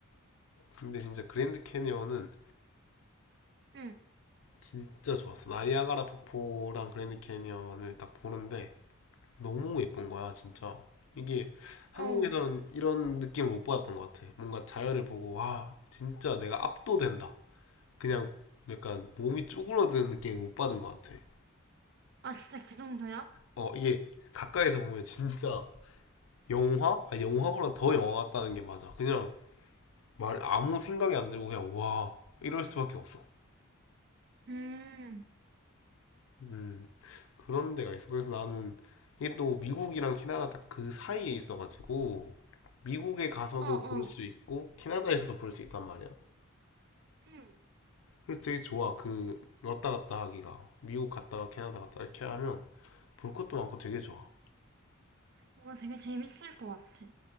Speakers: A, on the left (about 70°); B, on the right (about 50°).
A: 근데 진짜 그랜드 캐니언은
B: 응,
A: 진짜 좋았어. 나이아가라 폭포랑 그랜드 캐니언을 딱 보는데 너무 예쁜 거야, 진짜. 이게 한국에선
B: 어.
A: 이런 느낌을 못 받았던 것 같아. 뭔가 자연을 보고 와, 진짜 내가 압도된다. 그냥 약간 몸이 쭈그러드는 느낌을 못 받은 것 같아.
B: 아, 진짜 그 정도야?
A: 어, 이게 가까이서 보면 진짜 영화? 아, 영화보다 더 영화 같다는 게 맞아. 그냥 말 아무 생각이 안 들고 그냥 와 이럴 수밖에 없어.
B: 음,
A: 음 그런 데가 있어. 그래서 나는 이게 또 미국이랑 캐나다 딱 그 사이에 있어가지고 미국에 가서도
B: 어, 어.
A: 볼 수 있고 캐나다에서도 볼 수 있단 말이야.
B: 응,
A: 그래서 되게 좋아. 그 왔다 갔다 하기가 미국 갔다가 캐나다 갔다 이렇게 하면 볼 것도 많고 되게 좋아.
B: 뭔가 되게 재밌을 것 같아.